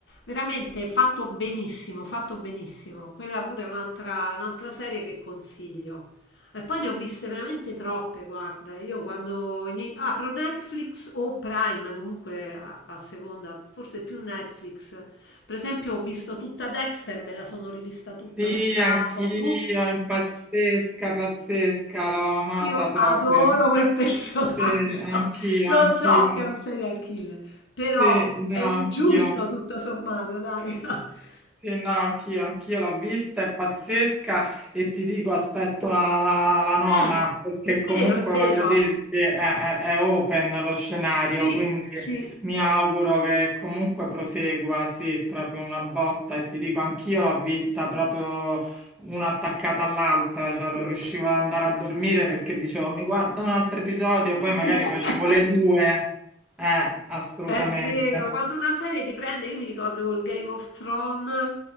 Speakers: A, on the left; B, in the centre.
A: Veramente fatto benissimo, fatto benissimo. Quella pure è un'altra un'altra serie che consiglio. E poi ne ho viste veramente troppe, guarda. Io quando ini- apro Netflix o Prime, comunque a, a seconda, forse più Netflix. Per esempio, ho visto tutta Dexter, me la sono rivista tutta
B: Sì,
A: da
B: anch'io,
A: capo.
B: è pazzesca, pazzesca, l'ho amata
A: Io
B: proprio.
A: adoro quel personaggio.
B: Sì, anch'io,
A: <laughs> Lo
B: anch'io.
A: so che è un serial killer, però
B: Sì, no,
A: è un
B: anch'io.
A: giusto tutto sommato, dai. <laughs>
B: Sì, no, anch'io, anch'io l'ho vista, è pazzesca e ti dico, aspetto la, la- la nona,
A: Eh,
B: perché
A: è
B: comunque
A: vero, è vero.
B: voglio dirti, è, è- è open lo scenario,
A: Sì,
B: quindi
A: sì,
B: mi auguro che comunque prosegua, sì, proprio una botta e ti dico, anch'io l'ho vista proprio una attaccata all'altra, cioè
A: sì,
B: non riuscivo ad
A: sì,
B: andare
A: sì.
B: a dormire perché dicevo, mi guardo un altro episodio,
A: Sì.
B: poi magari
A: <laughs>
B: facevo le due, eh, assolutamente,
A: È vero, quando una serie ti prende, io mi ricordo col Game of Thrones,